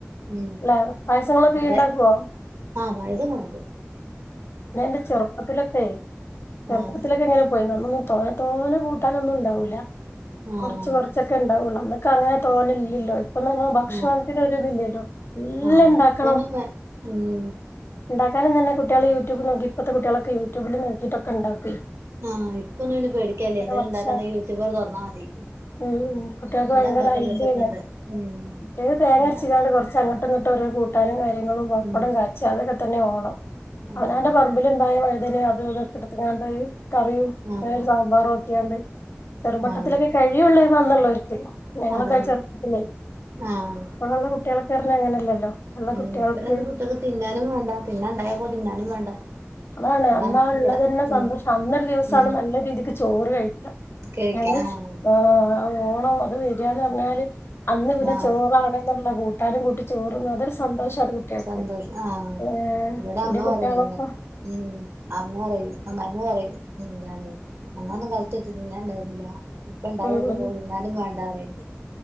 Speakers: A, on the right; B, on the left.
A: ഉ
B: ല്ലെ പായസങ്ങളൊക്കെ
A: അതെ.
B: ഇയ്യ് ഇണ്ടാക്കോ
A: ആഹ് വഴത കണക്
B: എൻന്റെ ചെറുപ്പത്തിലൊക്കെ ചെറുപ്പത്തിലൊക്കെ
A: ആഹ്
B: എങ്ങനെ പോയിന് തോനെ തോനെ കൂട്ടാനൊന്നും ഉണ്ടാവില്ല
A: ആഹ്
B: കുറച്ച് കൊറച്ചൊക്കെ ഉണ്ടാവൂള്ള ആന് <unintelligible> അങ്ങനെ തോന്നില്ലല്ലോ ഇപ്പൊ <unintelligible> ഭക്ഷണത്തിന്
A: ആഹ്
B: ഒരിത് ല്ല്യല്ലോ എല്ലാം
A: ആഹ്
B: ഇണ്ടാക്കണം
A: ഇപ്പൊന്നും വേ ഉം
B: ഇണ്ടാക്കാനും തന്നെ കുട്ടികള് യൂട്യൂബ് നോക്കി ഇപ്പത്തെ കുട്ടിയോളെക്കെ യൂട്യൂബില് നോക്കിട്ടൊക്കെ ഇണ്ടാക്കൊയ്
A: ആഹ് ഇപ്പൊന്നും ഇഞ് പേടിക്കാല്യ എന്തേലും
B: വശാ
A: ഇണ്ടാക്കണ്ടെങ്കി യൂട്യൂബാട് തുറന്നാ മതി
B: ഉം കുട്ടികൾക്ക്
A: എന്താ
B: ഭയങ്കര
A: ഇണ്ടാക്കാല്ലേച്ചൊക്കെണ്ട്
B: ഐഡിയല്ലേ
A: ഉം
B: <unintelligible> തേങ്ങ അരച്ച്ങ്ങാണ്ട്
A: ഇണ്ടാക്കാ
B: കൊറച്ച് അങ്ങട്ടും ഇങ്ങട്ടോരോ കൂ ട്ടാനും കാര്യങ്ങളും പപ്പടും
A: ഉം
B: കാച്ച അതൊക്കെ തന്നെ ഓണം
A: ആഹ്
B: അവനാന്റെ പറമ്പില് ഇണ്ടായ വഴ് തനിം അതു ഇതൊക്കെ ഇട്ത്ത്ങ്ങാണ്ട് കറിയും
A: ആഹ്
B: <unintelligible> സാമ്പാറും ആക്കിയാണ്ട് ചെറുമട്ടത്തിലൊക്കെ
A: ആഹ്
B: കഴിയൊള്ളേന്നു അന്ന്ള്ളോർക്ക് ഞങ്ങളൊക്കെ
A: അതന്നെ
B: ചെറുപ്പത്തിലെയ്
A: ആഹ്
B: ഇപ്പക്കള്ള കുട്ടിയോളെക്കെ ർഞ്ഞ അങ്ങനെല്ലല്ലോ ഇപ്പള്ള
A: ഉം
B: കുട്ടികൾക്ക്
A: ഇപ്പഴെന്ത് കുട്ട്യേക്ക് തിന്നാനും വേണ്ട പിന്നെ ഉണ്ടായപ്പോ തിന്നാനും വേണ്ട
B: അതാണ്
A: ഇവടെ
B: അന്നാ ഇളളതന്നെ
A: ഇവടെ ഉം
B: സന്തോഷം അന്നൊരു ദിവസാണ്
A: ഉം
B: നല്ല രീതിക്ക് ചോറ് കഴിക്ക
A: കഴിക്കാ
B: ഞങ്ങള്
A: ആഹ്
B: ആ ഓണം അത് വരാന്ന് പറഞ്ഞാല് അന്ന് പിന്നെ
A: ആഹ്
B: ചോറാണേന്ന് ഇള്ള കൂട്ടാനും കൂട്ടി ചോറ്ന്നും അതൊരു സന്തോഷ <unintelligible> കുട്ടിയേൾക്ക്
A: സന്തോഷം ആഹ്
B: ഏ
A: ഇവിടെ
B: ഇന്റെ
A: അമ്മ
B: കുട്ടികളെപ്പ
A: പറയും ഇങ്ങ ഉം അമ്മ പറയും അമ്മായ്മ പറയും എന്താണ് ഞങ്ങളന്നും കാലത്ത് തിന്നാൻ ഇണ്ടായിര്ന്നില ഇപ്പ ഇണ്ടായോക്കുമ്പൊ
B: ഉം ഉം
A: തിന്നാനും വേണ്ടാറിണ്ട്